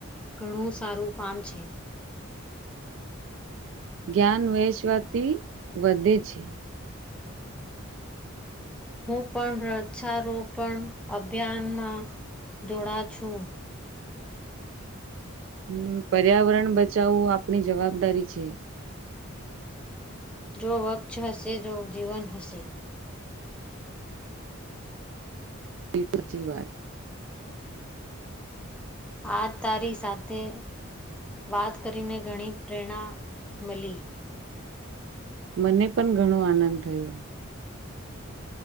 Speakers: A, in the centre; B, on the right (about 65°).
A: ઘણું સારું કામ છે.
B: જ્ઞાન વહેેશવાથી વધે છે.
A: હું પણ વૃક્ષારોપણ અભિયાનમાં જોડા છું.
B: હમ પર્યાવરણ બચાવવું આપણી જવાબદારી છે.
A: જો વક્ષ હશે જો જીવન હશે.
B: પીટરજી વાત
A: આ તારી સાથે વાત કરીને ઘણી પ્રેરણા મળી.
B: મને પણ ઘણો આનંદ થયો.